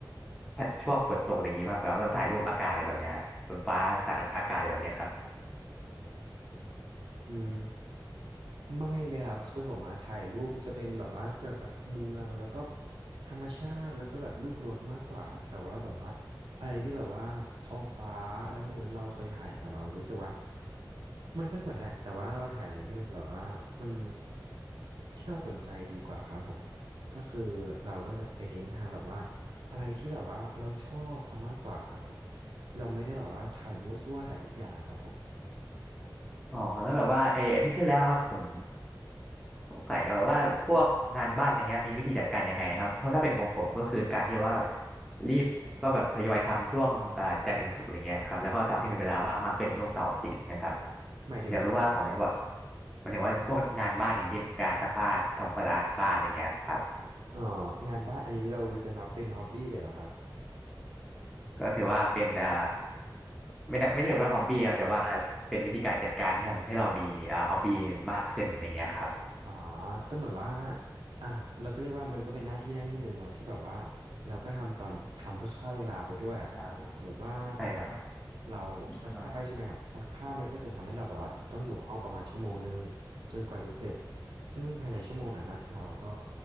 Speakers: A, in the centre; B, on the right.
A: ถ้าช่วงฝนตกอะไรเงงี้ยมาแบบว่าถ่ายรูปอากาศอะไรแบบเนี้ยฝนฟ้าอากาศอะไรแบบเนี้ยครับ
B: อืมไม่เลยครับคือผมมาถ่ายรูปจะเป็นแบบว่าเกี่ยวกับเมืองแล้วก็ธรรมชาติแล้วก็แบบรูปรถมากกว่าครับแต่ว่าแบบว่าอะไรที่แบบว่าท้องฟ้าอะไรพวกเนี้ยเราเคยถ่ายแต่เรารู้สึกว่ามันก็สวยแหละแต่ว่าเราถ่ายอะไรที่มันแบบว่ามันที่เราสนใจดีกว่าครับผมก็คือเราก็จะไปเน้นทางแบบว่าอะไรที่แบบว่าเราชอบซะมากกว่าครับผมเราไม่ได้แบบว่าถ่ายมั่วซั่วถ่ายทุกอย่างอะครับผม
A: อ๋อแล้วแบบว่าไออาทิตย์ที่แล้วครับผม สงสัยอะแบบว่าพวกงานบ้านอะไรเงี้ยมีวิธีจัดการยังไงนะครับเพราะถ้าเป็นของผมก็คือการที่ว่ารีบก็แบบทยอยทำช่วงอ่าจันทร์ถึงศุกร์อะไรเงี้ยครับแล้วก็ทำให้มีเวลาว่างมากขึ้นในช่วงเสาร์อาทิตย์นะครับ
B: หมายถึงทำ
A: อยากรู้ว่าของใว่ามันถึงว่าพวกงานบ้านอย่างเช่นการซักผ้าทำความสะอาดบ้านอะไรเงี้ยครับ
B: อ๋องานบ้านอันนี้เราจะนับเป็นฮ็อบบี้เลยเหรอครับ
A: ก็ถือว่าเป็นอ่าไม่น่าไม่เรียกว่าฮ็อบบี้ครับแต่ว่าเป็นวิธีการจัดการที่ทำให้เรามีอ่าฮ็อบบี้มากขึ้นอะไรเงี้ยครับ
B: อ๋อก็เหมือนว่าอ่ะเราก็เรียกว่ามันก็เป็นหน้าที่หน้าที่หนึ่งเนาะที่แบบว่าเราก็ทำตอนทำเพื่อฆ่าเวลาไปด้วยอ่ะสมมติว่า
A: อ่าเป็นใช่ครับ
B: เราซักผ้าใช่ไหมครับซักผ้ามันก็จะทำให้เราแบบว่าต้องอยู่ห้องประมาณชั่วโมงนึง
A: อเรา
B: จนกว่าจะเสร็จซึ่งภายในชั่วโมงนั้นนะเราก็